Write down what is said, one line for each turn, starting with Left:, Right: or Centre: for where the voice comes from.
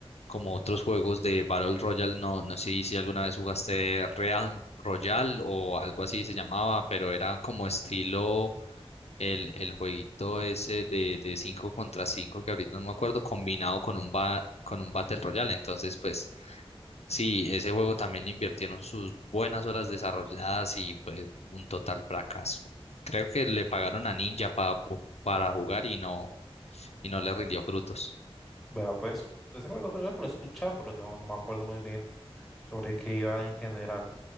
Left: como otros juegos de Battle Royale. No, no sé si alguna vez jugaste Real Royale o algo así se llamaba, pero era como estilo el, el jueguito ese de, de 5 contra 5 que ahorita no me acuerdo, combinado con un ba- con un Battle Royale. Entonces, pues sí, ese juego también le invirtieron sus buenas horas desarrolladas y fue un total fracaso. Creo que le pagaron a Ninja pa- para jugar y no, y no le rindió frutos.
Centre: Bueno, pues, de ese juego creo que lo he escuchado, pero no, no me acuerdo muy bien sobre qué iba en general.